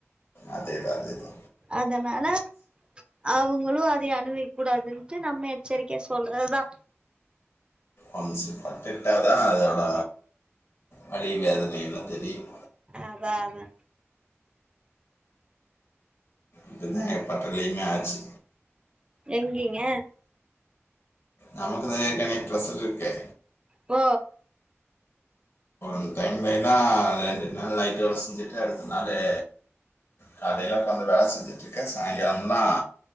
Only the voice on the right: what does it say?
அதனால அவுகங்ளும் அதயே அனுவிக்க கூடாதுன்ட்டு நம்ம எச்சரிக்கையா சொல்றதுதா
அதா அதா
எங்கீங்க
ஓ